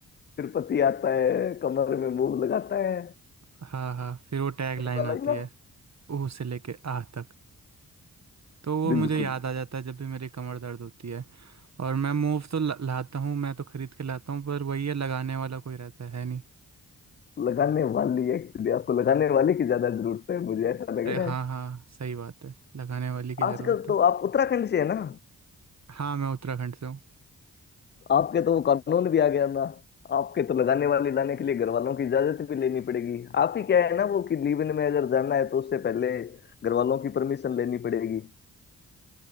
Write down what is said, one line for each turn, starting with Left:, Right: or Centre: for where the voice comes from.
Left: फिर पति आता है कमर में मूव लगाता है
Right: हाँ हाँ फिर वो टैग
Left: वही
Right: लाइन
Left: वाला
Right: आती
Left: ही ना
Right: है ऊ से लेके आह तक तो वो
Left: बिल्कुल
Right: मुझे याद आ जाता है जब भी मेरी कमर दर्द होती है और मैं मूव तो ला- लाता हूँ मैं तो खरीद के लाता हूँ पर वही है लगाने वाला कोई रहता है नहीं
Left: लगाने वाली एक्चुअली आपको लगाने वाले की ज्यादा जरूरत है मुझे ऐसा
Right: अरे
Left: लग रहा
Right: हाँ
Left: है
Right: हाँ सही बात है लगाने वाली की
Left: आजकल
Right: ज़रूरत
Left: तो
Right: है
Left: आप उत्तराखंड से है ना
Right: हाँ मैं उत्तराखंड से हूँ
Left: आपके तो वो कानून भी आ गया ना आपके तो लगाने वाले लाने के लिए घर वालों की इजाजत भी लेनी पड़ेगी आप ही क्या है ना वो कि लीव इन में अगर जाना है तो उससे पहले घर वालों की परमिशन लेनी पड़ेगी